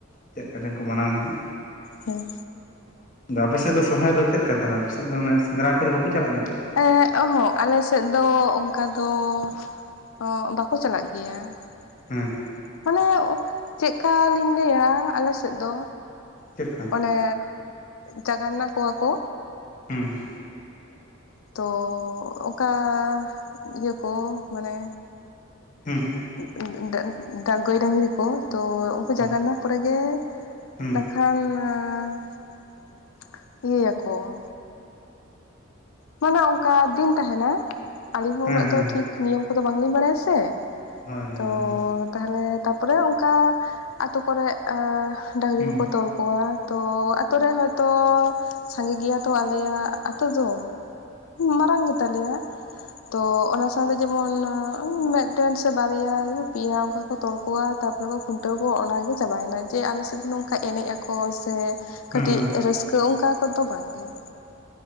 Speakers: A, on the left (about 40°); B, on the left (about 80°).
A: ᱪᱮᱫ ᱞᱮᱠᱟ ᱪᱚᱝ ᱠᱚ ᱢᱟᱱᱟᱣᱟ ᱦᱟᱸᱜ
B: ᱦᱩᱸ᱾
A: ᱟᱫᱚ ᱟᱯᱮ ᱥᱮᱫ ᱫᱚ ᱥᱚᱨᱦᱟᱭ ᱫᱚ ᱪᱮᱫ ᱞᱮᱠᱟ ᱛᱟᱷᱚᱞᱮ ᱟᱯᱮ ᱥᱮᱫ ᱫᱚ ᱚᱱᱮ ᱥᱮᱸᱫᱽᱨᱟ ᱠᱚᱫᱚ ᱵᱟᱠᱚ ᱪᱟᱞᱟᱜ ᱜᱮᱛᱮ?
B: ᱮ ᱚᱦᱚᱸᱜ ᱟᱞᱮ ᱥᱮᱫ ᱫᱚ ᱚᱱᱠᱟ ᱫᱚ <unintelligible> ᱵᱟᱠᱚ ᱪᱟᱞᱟᱜ ᱜᱮᱭᱟ
A: ᱦᱮᱸ
B: ᱾ ᱢᱟᱱᱮ ᱪᱮᱫ ᱞᱠᱟ ᱞᱤᱧ ᱞᱟᱹᱭᱟ ᱟᱞᱮ ᱟᱞᱮ ᱥᱮᱫ ᱫᱚ
A: ᱪᱮᱫ ᱞᱮᱠᱟ
B: ᱚᱱᱮ ᱡᱟᱜᱟᱱᱱᱟ ᱠᱚᱣᱟ ᱠᱚ
A: ᱦᱩᱸ᱾
B: ᱛᱚ ᱚᱱᱠᱟ ᱤᱭᱟᱹ ᱠᱚ ᱢᱟᱱᱮ
A: ᱦᱮᱸ᱾
B: <unintelligible> ᱜᱟᱹᱭ ᱰᱟᱹᱜᱽᱨᱤ ᱠᱚ ᱛᱚ ᱩᱱᱠᱩ
A: ᱦᱳᱭ
B: ᱡᱟᱜᱟᱣᱱᱟ ᱯᱚᱨᱮ ᱜᱮ
A: ᱦᱩᱸ
B: <unintelligible> ᱤᱭᱟᱹᱭᱟᱠᱚ ᱾ ᱢᱟᱱᱮ ᱚᱱᱠᱟ ᱫᱤᱱ ᱛᱟᱦᱮᱱᱟ ᱟᱞᱤᱧ ᱦᱚᱸ
A: ᱦᱮᱸ
B: ᱩᱱᱟᱹᱜ
A: ᱦᱮᱸ
B: ᱫᱚ
A: ᱦᱮᱸ
B: ᱴᱷᱤᱠ ᱱᱤᱭᱚᱢ ᱠᱚᱫᱚ ᱵᱟᱝᱞᱤᱧ ᱵᱟᱲᱟᱭᱟ ᱥᱮ ᱾
A: ᱦᱳᱭ ᱦᱳᱭ
B: ᱛᱚ
A: ᱦᱳᱭ
B: ᱛᱟᱦᱞᱮ ᱛᱟᱯᱚᱨᱮ ᱚᱱᱠᱟ ᱟᱛᱳ ᱠᱚᱨᱮ ᱰᱟᱹᱝᱨᱤ
A: ᱦᱩᱸ
B: ᱠᱚᱠᱚ ᱛᱚᱞ ᱠᱚᱣᱟ ᱛᱚ ᱟᱹᱛᱳ ᱨᱮ ᱦᱚᱭᱛᱳ ᱥᱟᱸᱜᱮ ᱜᱮᱭᱟ ᱛᱚ ᱟᱞᱮᱭᱟᱜ-ᱟ ᱟᱛᱳ ᱫᱚ ᱢᱟᱨᱟᱝ ᱜᱮᱛᱟᱞᱮᱭᱟ ᱾ ᱛᱚ ᱚᱱᱟ ᱥᱟᱶᱛᱮ ᱡᱮᱢᱚᱱ ᱢᱮᱫ ᱢᱤᱫᱴᱮᱱ ᱥᱮ ᱵᱟᱨᱭᱟ ᱯᱮᱭᱟ ᱚᱱᱠᱟ ᱠᱚ ᱛᱚᱞ ᱠᱚᱣᱟ ᱛᱟᱯᱚᱨᱮ ᱠᱚ ᱠᱷᱩᱱᱴᱟᱹᱣ ᱠᱚᱣᱟ ᱚᱱᱟᱜᱮ ᱪᱟᱵᱟᱭᱮᱱᱟ ᱡᱮ ᱟᱞᱮᱥᱮᱫ ᱫᱚ ᱱᱚᱝᱠᱟ ᱠᱷᱟᱜ ᱮᱱᱮᱡ ᱟᱠᱚ ᱥᱮ ᱠᱟᱹᱴᱤᱡ
A: ᱦᱮᱸ
B: ᱨᱟᱹᱥᱠᱟᱹ ᱚᱱᱠᱟ ᱠᱚᱫᱚ ᱵᱟᱝᱜᱮ ᱾